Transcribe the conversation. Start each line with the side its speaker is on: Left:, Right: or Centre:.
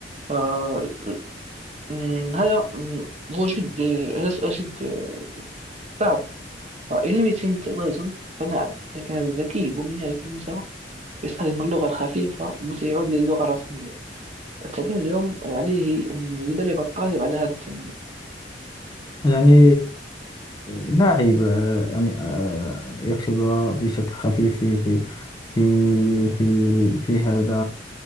Right: آه، م- هذا م- هو جد هذا سؤال جد آه، صعب فإن لم يتم التوازن فنعم لكن الذكي ومن يعرف قيمته يستخدم اللغة الخفيفة متى يعود للغة الرسمية التعليم اليوم عليه أن يدرب الطالب على هذا التمييز
Left: يعني لا عيب آه، أن آه، يكتب بشكل خفيف في في في في, في هذا